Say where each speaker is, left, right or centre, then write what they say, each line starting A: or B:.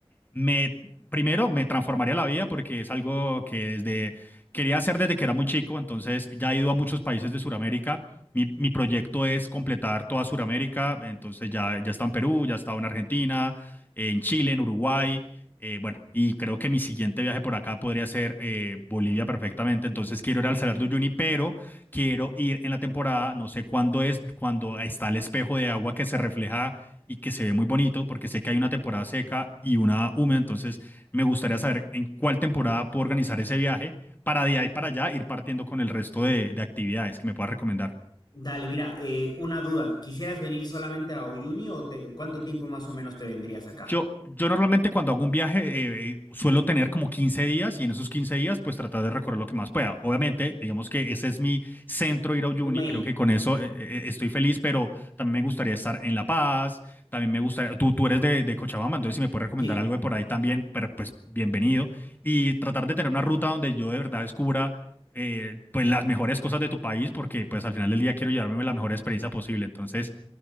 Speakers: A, on the left; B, on the left.
A: me, primero, me transformaría la vida porque es algo que desde, quería hacer desde que era muy chico, entonces ya he ido a muchos países de Sudamérica. Mi, mi proyecto es completar toda Sudamérica, entonces ya, ya está en Perú, ya estaba en Argentina, en Chile, en Uruguay. eh, bueno, y creo que mi siguiente viaje por acá podría ser eh, Bolivia perfectamente. Entonces quiero ir al Salar de Uyuni, pero quiero ir en la temporada, no sé cuándo es, cuando está el espejo de agua que se refleja y que se ve muy bonito porque sé que hay una temporada seca y una húmeda, entonces me gustaría saber en cuál temporada puedo organizar ese viaje para de ahí para allá ir partiendo con el resto de, de actividades que me pueda recomendar.
B: Dale, mira, eh, una duda. ¿Quisieras venir solamente a Uyuni o te- cuánto tiempo más o menos te vendrías acá?
A: Yo, yo normalmente cuando hago un viaje eh, eh, suelo tener como 15 días y en esos 15 días pues tratar de recorrer lo que más pueda. Obviamente, digamos que ese es mi centro ir a Uyuni,
B: Tu main.
A: creo que con eso eh, eh, estoy feliz, pero también me gustaría estar en La Paz, también me gustaría, tú, tú eres de, de Cochabamba, entonces si me puedes recomendar
B: Sí.
A: algo de por ahí también, pero, pues bienvenido. Y tratar de tener una ruta donde yo de verdad descubra eh, pues las mejores cosas de tu país, porque pues al final del día quiero llevarme la mejor experiencia posible. Entonces,